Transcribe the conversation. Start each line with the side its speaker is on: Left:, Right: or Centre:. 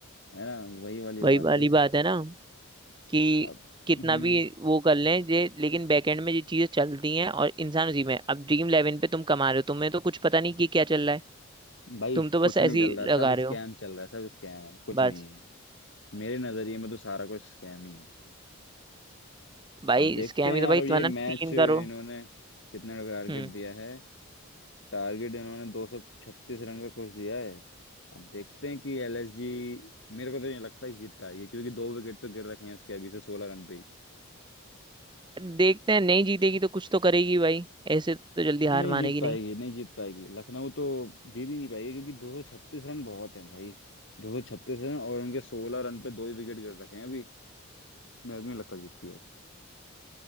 Left: है ना वही वाली
Right: वही
Left: बात
Right: वाली
Left: है
Right: बात है ना कि
Left: अब
Right: कितना
Left: हम्म
Right: भी वो कर लें ये लेकिन बैकएंड में ये चीजें चलती हैं और इंसान उसी में है। अब ड्रीम इलेवन पे तुम कमा रहे हो तुम्हें तो कुछ पता नहीं कि क्या चल रहा है
Left: भाई
Right: तुम तो बस
Left: कुछ
Right: ऐसे
Left: नहीं चल
Right: ही
Left: रहा सब
Right: लगा रहे
Left: स्कैम
Right: हो
Left: चल रहा है सब स्कैम है कुछ
Right: बस
Left: नहीं है मेरे नजरिए में तो सारा कुछ स्कैम ही है
Right: भाई
Left: अब देखते
Right: स्कैम
Left: हैं
Right: ही
Left: यार
Right: तो भाई
Left: अब ये
Right: तुम्हारा
Left: मैच
Right: तीन
Left: इन्होंने
Right: करो
Left: कितने टारगेट
Right: हम्म
Left: दिया है टारगेट इन्होंने 236 रन का कुछ दिया है अब देखते हैं कि एलएसजी मेरे को तो नहीं लगता है जीत पाएगी क्योंकि दो विकेट तो गिर रखे हैं उसके अभी से सोलह रन पे ही
Right: देखते हैं नहीं जीतेगी तो कुछ तो करेगी भाई ऐसे तो जल्दी हार
Left: नहीं
Right: मानेगी
Left: जीत पाएगी
Right: नहीं
Left: नहीं जीत पाएगी लखनऊ तो जीत ही नहीं पाएगी क्योंकि 236 रन बहुत हैं भाई 236 रन और उनके 16 रन पे दो ही विकेट गिर रखे हैं अभी मेरे को नहीं लगता जीतती है